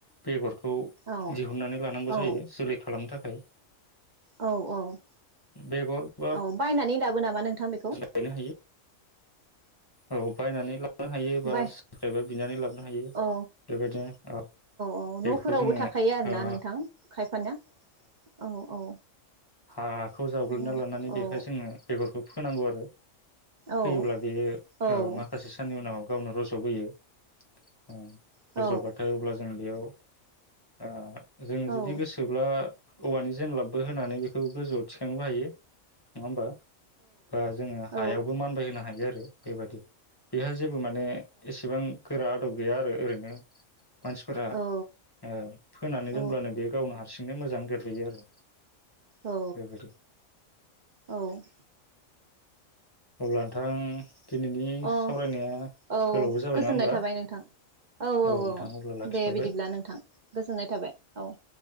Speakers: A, on the left; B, on the right.
A: बेगर खौ
B: औ
A: दिहुननानै लानांगौ
B: औ
A: जायो जोलै खालामनो थाखा खाय
B: औ औ
A: बेगर बा
B: औ बायनानै लाबो नामा नोंथां? बेखौ?
A: गायनो हायो। औ बायनानै लाबोनो हायो बा
B: बाय
A: सोरनिफ्रायबा बिनानै लाबोनो हायो
B: औ
A: बेबायदिनो औ
B: औ
A: बेखौ
B: न'फोरावबो
A: जोङो
B: थाखायो आरोना
A: ओ
B: नोंथां खायफानिया औ औ
A: हा खौ जावग्लिना
B: औ
A: लानानै
B: औ
A: बेहाय जोङो बेगरखौ फोनांगौ आरो
B: औ
A: फोयोब्ला बेयो
B: औ
A: ओ माखासे साननि उनाव गावनो रजबोयो ओ
B: औ
A: रजबाथाय अब्ला जों बेयाव ओ जोङो
B: औ
A: जुदि गोसो अब्ला औवानि जेनलाबबो होनानै बेखौ गोजौआव थिखांनोबो हायो नङा होमबा। बा जोङो
B: औ
A: हायावबो मानबाय होनो हायो आरो बेबादि बिहा जेबो माने एसेबां गोरा आदब गैया आरो ओरैनो मानसिफोरा
B: औ
A: ओ फोनानै
B: औ
A: दोनब्लानो बे गावनो हार सिंना मोजां देरबोयो आरो
B: औ
A: बेबायदि
B: औ
A: अब्ला नोंथां दिनैनि
B: अ'
A: सावरायनाया
B: औ
A: गोलावबो जाबाय
B: गोजोननाय
A: नङा होमबा
B: थाबाय नोंथां। औ औ
A: नोंथां
B: औ
A: अब्ला लाखिथ'बाय
B: दे बिदिब्ला नोंथां गोजोननाय थाबाय। औ